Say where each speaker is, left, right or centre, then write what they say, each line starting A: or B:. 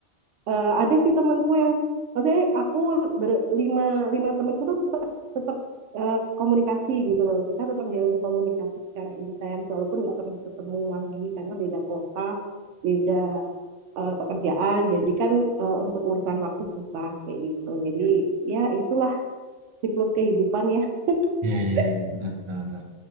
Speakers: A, on the right (about 80°); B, on the right (about 50°).
A: eh, ada sih temenku yang maksudnya aku berlima lima temenku tuh tetap tetap eh, komunikasi gitu loh kita tetap jalan komunikasi secara intens walaupun nggak pernah ketemu lagi karena beda kota beda eh, pekerjaan jadi kan eh, untuk urusan waktu susah kayak gitu jadi ya itulah siklus kehidupan ya <laughs>
B: iya iya iya benar benar benar